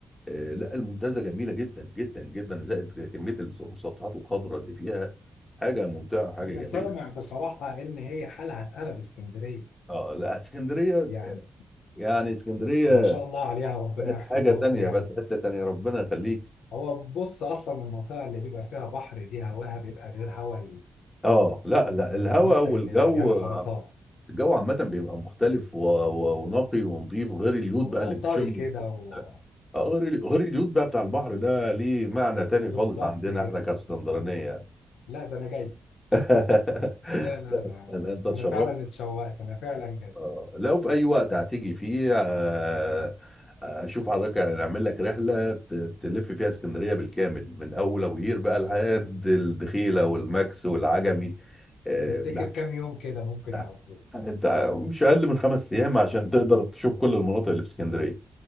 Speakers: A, on the left; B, on the left.
A: آه لا المنتزه جميله جدا جدا جدا زائد كميه المس- المسطحات الخضراء اللي فيها حاجه ممتعه حاجه
B: انا
A: جميله
B: سامع بصراحه ان هي حالها اتقلب اسكندريه
A: اه لا اسكندريه
B: يعني
A: يعني اسكندريه
B: ما شاء الله عليها ربنا
A: بقت
B: يحفظها
A: حاجه تانية
B: لكم يعني
A: بقت في حته تانية ربنا يخليك
B: هو بص اصلا المنطقه اللي بيبقى فيها بحر دي هواها بيبقى غير هوا ال-
A: اه لا لا الهواء
B: المناطق
A: والجو
B: اللي مليانه خرسانه
A: الجو عامه بيبقى مختلف و... و... ونقي ونظيف غير اليود
B: واه
A: بقى اللي بتشمه
B: طري كده
A: فوق
B: و-
A: آه، غير ال- غير اليود بقى بتاع البحر ده ليه معنى تاني
B: بالظبط
A: خالص عندنا
B: كده
A: احنا كاسكندرانيه
B: بالظبط
A: يعني.
B: لا ده انا جاي
A: <laughs>
B: لا لا
A: لا،
B: ده انا
A: أنا- انت تشرفت
B: أنا فعلا اتشوقت انا فعلا جاي
A: آه، لو في اي وقت هتيجي فيه آه، آه، اشوف حضرتك يعني اعمل لك رحله ت- تلف فيها اسكندريه بالكامل من اول ابو قير بقى لحد الدخيله والماكس والعجمي آه،
B: تفتكر
A: لا
B: كام يوم كده ممكن
A: لا،
B: يقضوا
A: يعني انت مش اقل من خمس ايام عشان تقدر تشوف كل المناطق اللي في اسكندريه